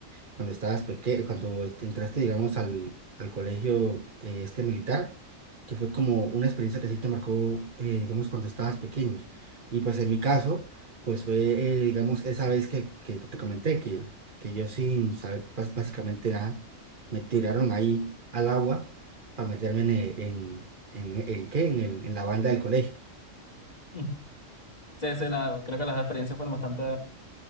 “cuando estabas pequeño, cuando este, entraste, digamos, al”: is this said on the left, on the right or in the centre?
Right